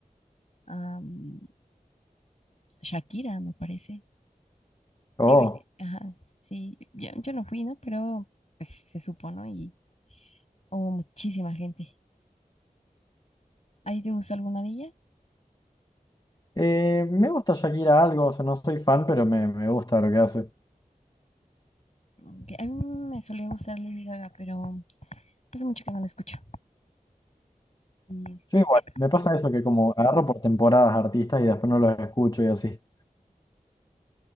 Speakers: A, on the left; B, on the left.
A: am, Shakira, me parece.
B: Oh,
A: Digo, y- ajá, sí, yo, yo no fui, ¿no? Pero pues se supo, ¿no? Y hubo muchísima gente. ¿Ahí te gusta alguna de ellas?
B: eh, me gusta Shakira algo, o sea, no soy fan, pero me, me gusta lo que hace.
A: Mm, a mí me solía gustar Lady Gaga, pero hace mucho que no la escucho. Y,
B: Yo igual,
A: eh,
B: me pasa eso que como agarro por temporadas artistas y después no los escucho y así.